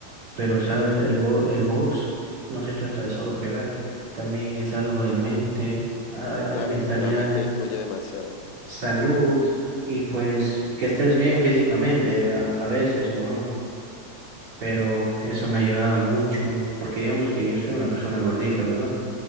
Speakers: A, on the right; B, on the left.
A: pero ¿sabes? El bo- el box no se trata de solo pegar, también es algo de mente, a-
B: Claro,
A: a- mentalidad,
B: es, la mente influye demasiado.
A: salud y pues que estés bien físicamente a a veces o no. pero eso me ha ayudado mucho, porque digamos que yo soy una persona gordita, ¿verdad?